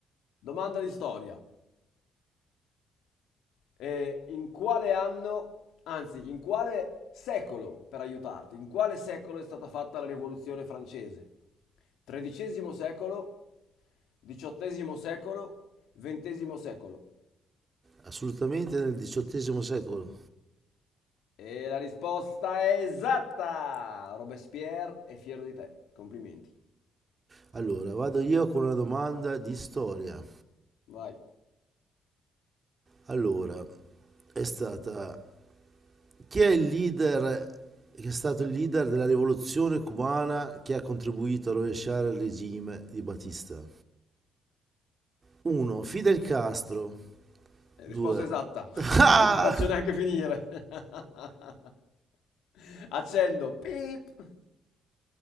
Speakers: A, on the left; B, on the right.
A: Domanda di storia. Eh, in quale anno, anzi, in quale secolo, per aiutarti, in quale secolo è stata fatta la rivoluzione francese? XIII secolo, XVIII secolo, XX secolo.
B: assolutamente nel XVIII secolo.
A: E la risposta è esatta! Robespierre è fiero di te. Complimenti.
B: Allora, vado io con una domanda di storia.
A: Vai.
B: Allora, è stata chi è il leader che è stato il leader della rivoluzione cubana che ha contribuito a rovesciare il regime di Batista? 1. Fidel Castro.
A: Eh,
B: 2.
A: Risposta esatta. <laughs>
B: Ah!
A: Non ti faccio
B: <laughs>
A: neanche finire. <laughs> Accendo. Pip.